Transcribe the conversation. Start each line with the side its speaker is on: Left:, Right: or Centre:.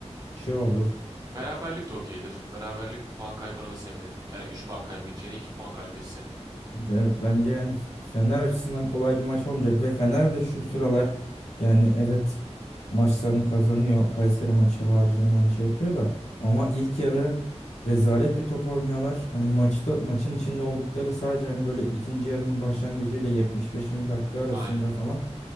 Left: şey olur.
Right: Beraberlik de okeydir. Beraberlik puan kaybına da sevinirim. Yani 3 puan kaybedeceğine 2 puan kaybetsin.
Left: Evet bence yani Fener açısından kolay bir maç olmayacak ve Fener de şu sıralar yani evet maçlarını kazanıyor. Kayseri maçı haricinde hani şey yapıyor da ama ilk yarı rezalet bir top oynuyorlar. Hani maçta maçın içinde oldukları sadece hani böyle ikinci yarının başlangıcı başlangıcıyla 75. dakika arasında
Right: Aynen.
Left: falan